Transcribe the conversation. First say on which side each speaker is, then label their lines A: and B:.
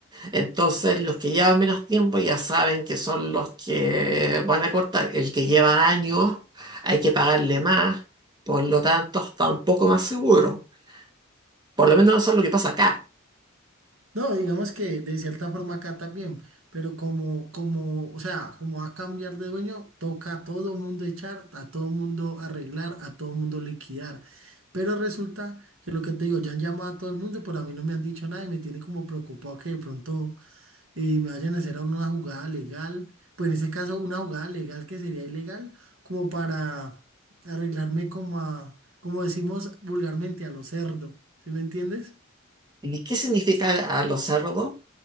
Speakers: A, on the right (about 20°); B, on the right (about 70°).
A: Entonces, los que llevan menos tiempo ya saben que son los que van a cortar. El que lleva años hay que pagarle más, por lo tanto está un poco más seguro. Por lo menos eso es lo que pasa acá.
B: No, digamos que de cierta forma acá también, pero como, como, o sea, como va a cambiar de dueño, toca a todo mundo echar, a todo mundo arreglar, a todo mundo liquidar. Pero resulta que lo que te digo, ya han llamado a todo el mundo, pero a mí no me han dicho nada y me tiene como preocupado que de pronto eh, me vayan a hacer una jugada legal, pues en ese caso una jugada legal que sería ilegal, como para arreglarme como a, como decimos vulgarmente, a lo cerdo, ¿sí me entiendes?
A: ¿Y qué significa a los cerdos